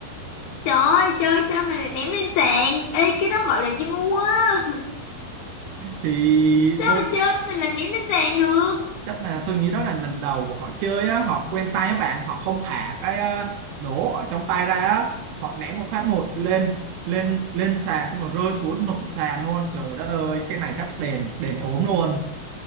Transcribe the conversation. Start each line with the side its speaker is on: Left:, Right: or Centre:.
Left: Trời ơi, chơi sao mà lại ném lên sàn? Ê, cái đó gọi là chơi ngu á.
Right: Thì
Left: <laughs> Sao
Right: tôi
Left: mà chơi mình lại ném lên sàn được?
Right: chắc là tôi nghĩ đó là lần đầu của họ chơi á họ quen tay các bạn họ không thả cái ờ, nổ ở trong tay ra á họ ném một phát một lên lên lên sàn xong rồi rơi xuống nổ sàn luôn trời đất ơi cái này chắc đền đền ốm luôn